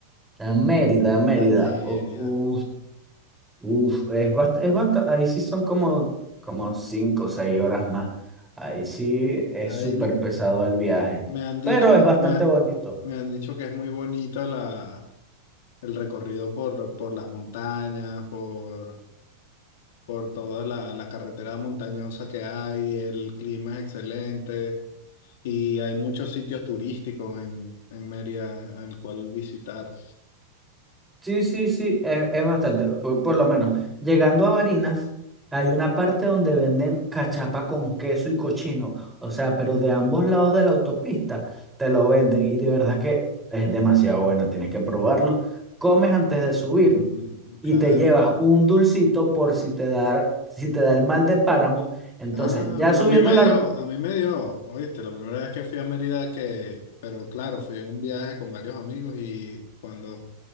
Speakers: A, in the centre; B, on the left.
A: A Mérida, Mérida.
B: a Mérida.
A: Uf, uf, es bastante, es basta- ahí sí son como, como cinco o seis horas más. Ahí sí es
B: Ahí
A: súper
B: me,
A: pesado el viaje,
B: me han dicho,
A: pero es bastante
B: me, ha-
A: bonito.
B: me han dicho que es muy bonito la, el recorrido por, por las montañas, por, por toda la, la carretera montañosa que hay, el clima es excelente y hay muchos sitios turísticos en, en Mérida al cual visitar.
A: Sí, sí, sí, es, es bastante, por, por lo menos. Llegando a Barinas, hay una parte donde venden cachapa con queso y cochino, o sea, pero de ambos lados de la autopista te lo venden y de verdad que es demasiado bueno, tienes que probarlo. Comes antes de subir
B: <laughs>
A: y
B: Claro,
A: te llevas
B: claro.
A: un dulcito por si te da, si te da el mal de páramo. Entonces,
B: Ah,
A: ya
B: bueno,
A: subiendo
B: a mí me
A: la,
B: dio, a mí me dio, oíste, la primera vez que fui a Mérida que, pero claro, fui en un viaje con varios amigos y cuando